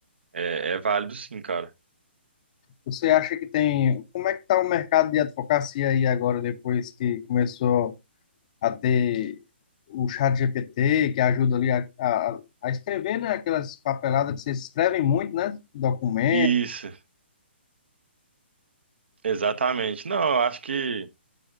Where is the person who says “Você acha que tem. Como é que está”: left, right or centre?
Left